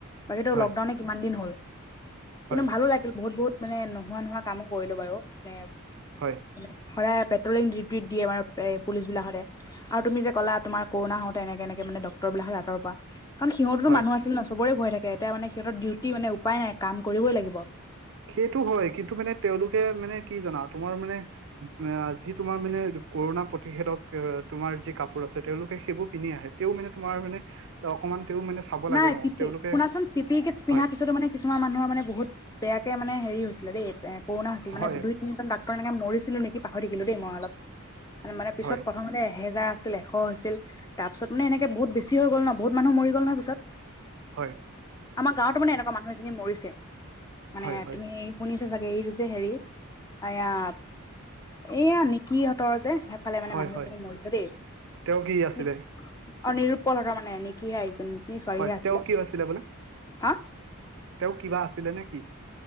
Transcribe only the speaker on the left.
বাকীটো
লকডাউনে কিমান দিন হ'ল,
কিন্তু ভালো লাগে বহুত বহুত মানে নোহোৱা নোহোৱা কামো কৰিলো বাৰু, মানে
মানে সদায় পেট্ৰলিং ডিউটি দিয়ে আমাৰ পুলিচ বিলাক সদায়। আৰু তুমি যে ক'লা তোমাৰ কৰোণা হওঁতে এনেকে এনেকে মানে ডক্তৰ বিলাক আতৰ পৰা, কাৰণ সিহঁতেতো
মানুহ আছিলে ন, চবৰে ভয় থাকে, এতিয়া মানে সিহঁতৰ ডিউটি মানে উপায় নাই কাম কৰিবই লাগিব।
নাই
পিপি
শুনাচোন, পি পি কিটছ পিন্ধাৰ
পিছতো মানে কিছুমান মানুহৰ মানে বহুত বেয়াকে মানে হেৰি হৈছিলে দেই, কৰোণা হৈছিল,
মানে দুই তিনিজন ডাক্তৰ এনেকে মৰিছিলো নেকি পাহৰি থাকিলো দেই মই অলপ। মানে পিছত
প্ৰথমতে এহেজাৰ আছিলে, ছিল তাৰ পিছত মানে এনেকে বহুত বেছি হৈ গ'ল ন, বহুত মানুহ মৰি গ'ল নহয় পিছত।
আমাৰ গাঁওতো মানে এনেকুৱা মানুহ এজনী মৰিছে, মানে
তুমি শুনিছে চাগে এই যে হেৰি এইয়া এইয়া নিকিহ তৰ যে সেইফালে
মানে মানুহ
এজনী মৰিছে দেই,
অ নিৰুতপলহঁতৰ মানে নিকিহে আহিছে নিকি ছোৱালীহে
আছিলে,
হা!